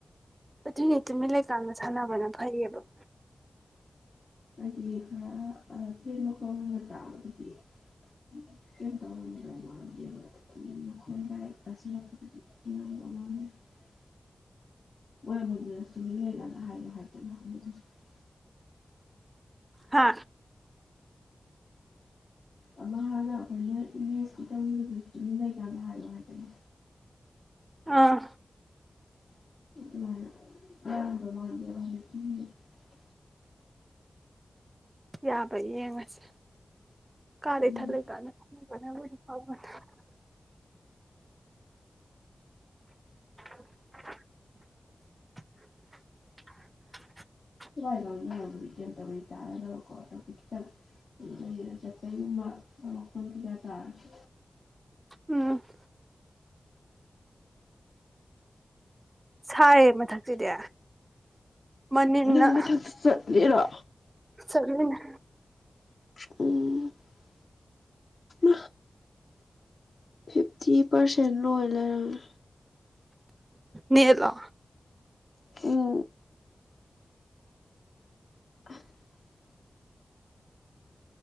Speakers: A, on the right (about 30°); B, on the left (about 65°).
A: ꯑꯗꯨꯏꯅꯦ ꯇꯨꯃꯤꯟ ꯂꯩꯀꯥꯟꯗ ꯁꯥꯟꯅꯕꯅ ꯐꯩꯌꯦꯕ
B: <unintelligible> <unintelligible>
A: ꯍꯥ
B: ꯑꯃꯥ ꯍꯥꯟꯅ ꯑꯩꯈꯣꯢꯅ ꯏꯃꯦꯁꯀꯤ ꯇꯧꯒꯤꯗꯨꯁꯨ ꯇꯨꯃꯤꯟ ꯂꯩꯀꯥꯟ ꯍꯥꯢꯌꯣ ꯍꯥꯢꯗꯅ
A: ꯑꯥ
B: <unintelligible>
A: ꯌꯥꯕ ꯌꯦꯡꯉꯁꯦ ꯀꯥꯗ
B: ꯎꯝ
A: ꯏꯊꯟ ꯂꯩ ꯀꯥꯟꯗ <unintelligible> <inaudible>
B: <unintelligible> ꯆꯠꯄꯩꯒꯨꯝꯕ ꯃꯈꯣꯟ ꯀꯩꯀꯥ ꯇꯥꯔꯁꯨ
A: ꯎꯝ <inaudible> ꯁꯥꯏꯌꯦ ꯃꯊꯛꯁꯤꯗꯤ ꯃꯅꯤꯟꯅ
B: ꯅꯪ ꯃꯊꯛꯇ ꯆꯠꯂꯤꯔꯣ
A: ꯆꯠꯃꯤꯅꯩ
B: <inaudible> ꯐꯤꯐꯇꯤ ꯄꯔꯁꯦꯟ ꯂꯣꯏ ꯂꯩꯔꯝꯃꯦ
A: ꯅꯦꯠꯂꯣ
B: ꯎꯝ <inaudible>